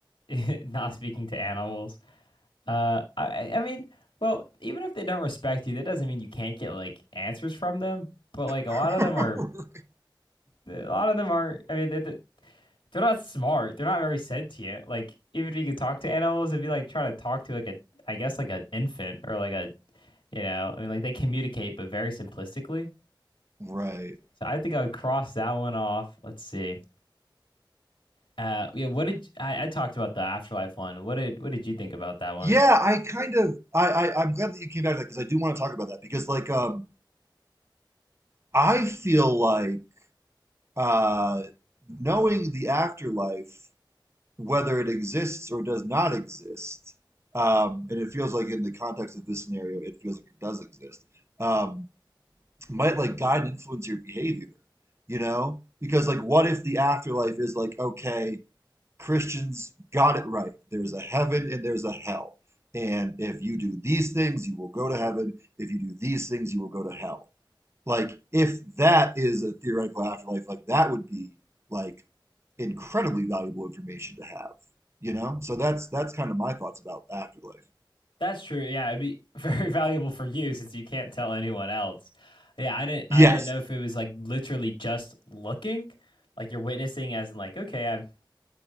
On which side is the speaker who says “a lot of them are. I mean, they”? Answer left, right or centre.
Left